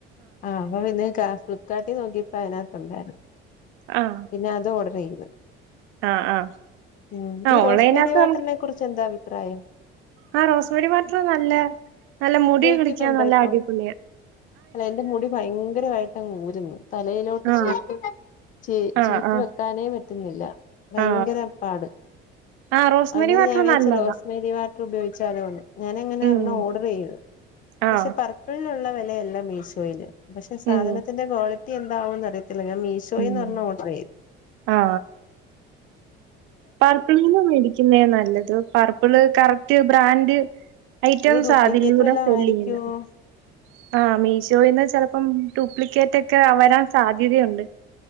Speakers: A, on the left; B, on the right.
A: ആഹ് അപ്പൊ പിന്ന് കാ ഫ്ലിപ്കാർട്ടിൽ നോക്കിയപ്പോ അതിനകത്തുണ്ടായിരുന്നു
B: ആഹ്
A: പിന്നെ അത് ഓർഡർ ചെയ്ത്
B: ആഹ് ആഹ്
A: ഉം
B: ആഹ്
A: ഈ റോസ്മെരി
B: ഓൺലൈനകത്ത്
A: വാട്ടറിനെ കുറിച്ച് എന്താ അഭിപ്രായം
B: ആഹ് റോസ്മേരി വാട്ടർ നല്ല നല്ല മുടി
A: ഉപയോഗിക്കുന്നുണ്ടോ
B: കിളിക്കാൻ നല്ല
A: ഇപ്പം
B: അടിപൊളിയ
A: അല്ല എന്റെ മുടി ഭയങ്കരമായിട്ട് ഊരുന്നു തലയിലോട്ട്
B: ആ
A: ചീപ്പ് ച
B: ആ
A: ചീപ്പ്
B: ആ
A: വെക്കാനേ പറ്റുന്നില്ല ഭയങ്കര
B: ആ
A: പാട്
B: ആ റോസ്മേരി
A: അന്നെരം
B: വാട്ടർ
A: ഞാൻ വിച്ച
B: നല്ലതാ
A: റോസ മേരി വാട്ടർ ഉപയോഗിച്ചാലോ എന്ന് ഞാൻ അങനെ
B: ഉം
A: ഒരണ്ണം ഒർഡർ ചെയ്ത്
B: ആ
A: പക്ഷ പർ ഉിലുള്ള വിലയല്ല മീഷോയില് പക്ഷെ സാധനത്തിന്റെ
B: ഉം
A: ക്വാളിറ്റി എന്താവന്ന് അറിയത്തില്ല മീ വിശോയിന്ന്
B: ഉം
A: ഒരണ്ണം ഓർഡർ ചെയ്ത്
B: ആ പർപ്പിളിന്ന് മേടിക്കുന്നേ നല്ലത് പർപ്പിള് കറക്റ്റ് ബ്രാൻഡ് ഐറ്റംസ്
A: ഇത് ഡ്യൂപ്ലിക്കേറ്റ്
B: അതിലൂടെ
A: വല്ലോം
B: സെല്
A: ആയിരിക്കുവോ
B: ചെയ്യുന്നത് ആഹ് മീഷോയിന്ന് ചെലപ്പം ഡ്യൂപ്ലിക്കേറ്റ് ഒക്കെ വരാൻ സാധ്യതയുണ്ട്